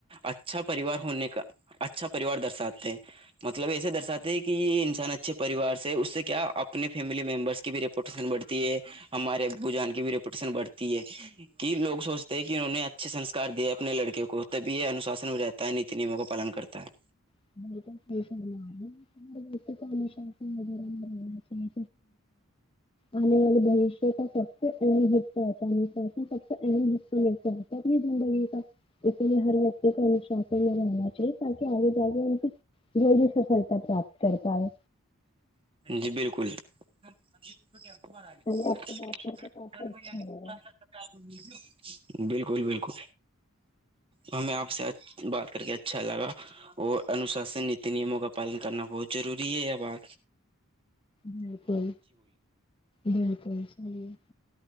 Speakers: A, on the right; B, on the left.
A: اچھا پریوار ہونے اچھا پریوار درشاتے ہیں مطلب ایسے درشاتے ہیں کہ یہ انسان اچھے پریوار سے اس سے کیا اپنے فیملی ممبرس کی ریوٹین بڑھتی ہے ہمارے بجان کی بھی ریپوٹیشن بڑھتی ہے کہ لوگ سوچتے ہیں کہ انہوں نے اچھے سسکار دیے اپنے لڑکے کو تبھی یہ انوشاسن میں رہتا ہے ن نیموں کا پالن کرتا ہے
B: <inaudible> چاہیے آنے والے بشیہ کا سبتا سب تو ای مشکل ہے کہنی زندگی کا ات بھی ہر ایک انشاپ میں رہنا چاہے تاک کہ آ جلی سفلتا پراپت کرتا ہے
A: جی بالکل <unintelligible>
B: چلیے آپ سے بات کر کے کافی اچھا لگا
A: بالکل بالکل ہمیں آپ سے بات کر کے اچھا لگا اور انوشاسن نی نیموں کا پالن کرنا بہت ضروری ہے ا
B: بالکل بالکل صحیح ہے